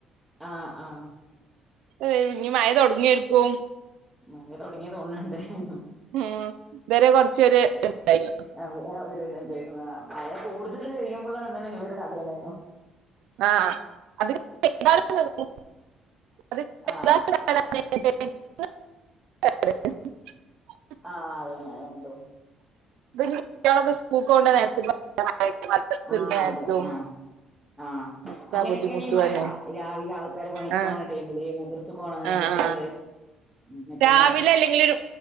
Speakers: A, in the centre; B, on the right.
A: ആഹ് ആഹ്
B: ഏഹ് ഇഞ് മഴ തൊട്ങ്ങേര്ക്കും
A: മഴ തൊട്ങ്ങി തോന്നണ് ണ്ട്
B: ഉം ഇതരെ കൊർച്ചൊര് ഇണ്ടായിനു
A: അവ ഒരു ഇതുണ്ടായിരുന്നു ആ മഴ കൂടുതൽ പെയ്യുമ്പളാണ് ഇങ്ങനെലൊരു കഥേണേലോ
B: ആഹ് <unintelligible>
A: ആഹ്
B: <unintelligible>
A: ആ അത് തന്നെ രണ്ടും
B: <unintelligible> <unintelligible> മദ്രസ
A: ആ
B: വിടണ നേരത്തും
A: അതെ ആഹ ആഹ,
B: ഒക്കെ
A: അങ്ങനെയൊക്കെയണീ
B: ബുദ്ധിമുട്ടുവാണ്
A: മഴ രാവിലെ ആൾക്കാര് പണിക്കോണ
B: ആ
A: ടൈമില് മദ്രസ പോണ
B: ആ
A: കുട്ടികള്
B: ആ
A: എന്നൊക്കെയുള്ള
B: രാവിലെ അല്ലെങ്കിൽ ഒരു